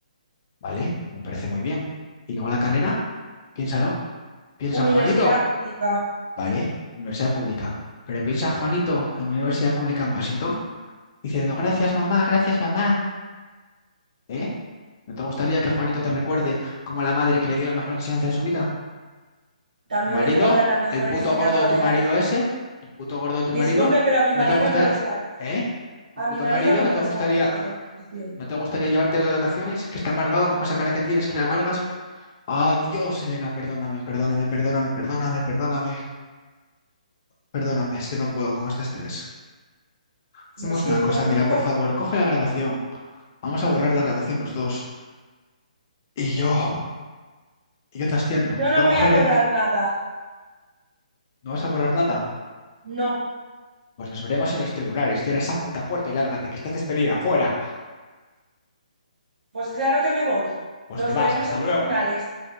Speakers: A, on the left; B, on the right.
A: Vale, me parece muy bien. ¿Y luego la carrera? Piénsalo. Piensa
B: universidad
A: en Juanito.
B: pública.
A: Vale, universidad pública. Pero piensa Juanito en una universidad pública en Washington diciendo gracias mamá, gracias mamá. ¿Eh? ¿No te gustaría que Juanito te recuerde como la madre que le dio la mejor enseñanza de su vida?
B: También
A: ¿Tu marido?
B: le puedo dar la mejor
A: ¿El puto
B: enseñanza
A: gordo de tu
B: de
A: marido
B: la vida.
A: ese? ¿El puto gordo de tu marido?
B: Disculpe, pero a mi
A: ¿No
B: marido
A: te gusta...
B: no lo saque.
A: ¿Eh? ¿Tu
B: A
A: puto
B: mi marido
A: marido
B: no
A: no
B: me
A: te
B: lo
A: gustaría...
B: saque en esta conversación.
A: ¿No te gustaría llevártelo de vacaciones? Que está amargado con esa cara que tienes, que le amargas. Ah, Dios, Elena, perdóname, perdóname, perdóname, perdóname, perdóname, perdóname. Es que no puedo con este estrés. Hacemos
B: Lo siento
A: una cosa,
B: mucho,
A: mira, por favor, coge la grabación. Vamos a borrar la grabación los dos. Y yo, y yo te asciendo.
B: Yo no
A: Tengo
B: voy
A: gerente.
B: a borrar nada.
A: ¿No vas a borrar nada?
B: No,
A: Pues nos veremos en los tribunales. Cierra esa puta puerta y lárgate, que estás despedida. Fuera.
B: pues claro que me voy.
A: Pues
B: Nos
A: te vas.
B: veremos
A: Hasta
B: en
A: luego.
B: tribunales.